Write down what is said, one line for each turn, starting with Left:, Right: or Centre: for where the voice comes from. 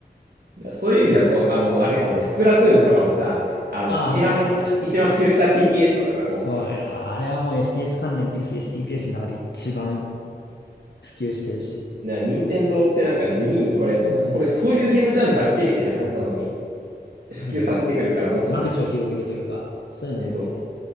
Right: そういう意味だと、あの、あれかもね、スプラトゥーンとかもさ、あの、
Left: ああ、
Right: 一番、
Left: そうね。
Right: 一番普及した TPS とかさ、こ
Left: そうね、ああれはもう FPS 関連、FPS、TPS の中で一番普及してるし。
Right: う、な、任天堂ってなんか地味にこれ、
Left: えそうね。
Right: これそういうゲームジャンルだっけみたいな感じなのに、
Left: あるよね、
Right: 普及させてくるから面白い。
Left: そう。間口を広げるというか、そういうの多いよね。
Right: え、そう。